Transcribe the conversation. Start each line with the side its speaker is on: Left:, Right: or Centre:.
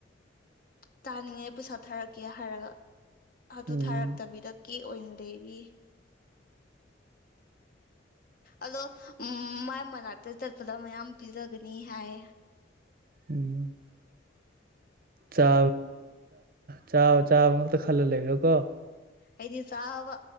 Left: ꯇꯥꯅꯤꯡꯉꯦ ꯄꯩꯁꯥ ꯊꯥꯔꯛꯀꯦ ꯍꯥꯏꯔꯒ ꯑꯗꯨ
Right: ꯎꯝ
Left: ꯊꯥꯔꯛꯇꯕꯤꯗ ꯀꯦ ꯑꯣꯏꯅ ꯂꯩꯔꯤ ꯑꯗꯣ ꯎꯝ ꯃꯥꯏ ꯃꯅꯥꯛꯇ ꯆꯠꯄꯗ ꯃꯌꯥꯝ ꯄꯤꯖꯒꯅꯤ ꯍꯥꯏ
Right: ꯎꯝ ꯕ ꯆꯥꯕ ꯆꯥꯕꯥ ꯉꯥꯛꯇ ꯈꯜꯂ ꯂꯩꯔꯣꯀꯣ
Left: ꯑꯩꯗꯤ ꯆꯥꯕ